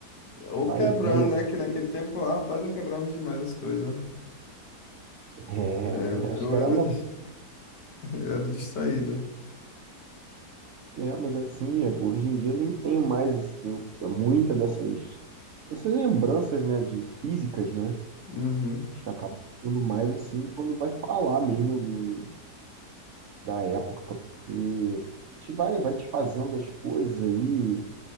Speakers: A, on the left; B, on the right.
A: Ou
B: Vai
A: quebrando,
B: e vem. assim.
A: né? Que naquele tempo lá, rapaz, eu quebrava demais as coisas.
B: É,
A: É,
B: <laughs>
A: eu
B: acho que
A: era,
B: era normal.
A: dis- <laughs> eu era distraído.
B: É, mas assim, hoje em dia eu nem tenho mais esse- eu- muita dessas, dessas lembranças, né? De físicas, né?
A: Uhum,
B: Acho que acaba ficando mais assim quando vai falar mesmo do- da época. E a gente vai, vai desfazendo das coisas aí.